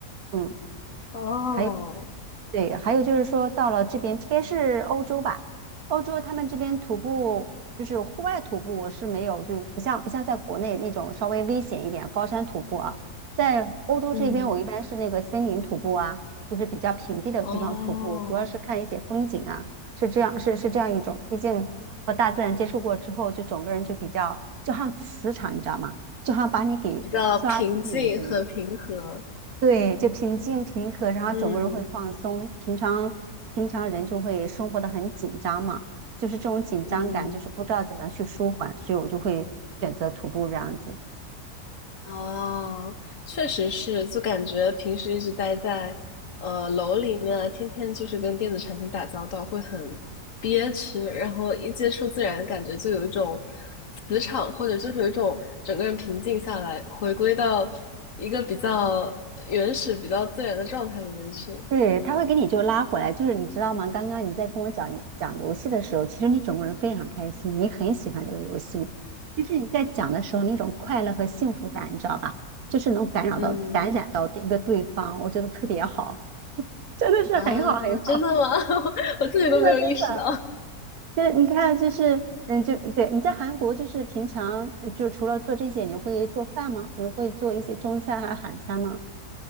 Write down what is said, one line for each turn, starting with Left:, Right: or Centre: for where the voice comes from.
Right: 嗯，
Left: <laughs> 哦，
Right: 还有。对，还有就是说到了这边，这边是欧洲吧？欧洲他们这边徒步就是户外徒步我是没有，就是不像不像在国内那种稍微危险一点高山徒步啊，在欧洲这边我一般是那个森林徒步啊，
Left: 嗯，
Right: 就是比较平地的地方徒步，
Left: 哦。
Right: 主要是看一些风景啊，是这样是是这样一种。毕竟和大自然接触过之后，就整个人就比较就好像磁场，你知道吗？就好像把你给刷新一遍，
Left: 比较平静和平和。
Right: 对，就平静平和，然后整个人会放松。
Left: 嗯
Right: 平常平常人就会生活的很紧张嘛，就是这种紧张感，
Left: 嗯，
Right: 就是不知道怎么去舒缓，所以我就会选择徒步这样子。
Left: 哦，确实是，就感觉平时一直待在呃楼里面啊天天就是跟电子产品打交道，会很憋屈，然后一接触自然，感觉就有一种磁场，或者就是有一种整个人平静下来，回归到一个比较原始、比较自然的状态里面去。
Right: 对，他会给你就拉回来，就是你知道吗？刚刚你在跟我讲讲游戏的时候，其实你整个人非常开心，你很喜欢这个游戏。就是你在讲的时候那种快乐和幸福感，你知道吧？就是能感染到感染到一个对方，
Left: 嗯，
Right: 我觉得特别好，真的是很好很好，
Left: 啊，真的吗？<laughs> 我自己都没有意识到。
Right: 真的真的。就是你看，就是嗯，就对你在韩国，就是平常呃就除了做这些，你会做饭吗？你会做一些中餐还是韩餐吗？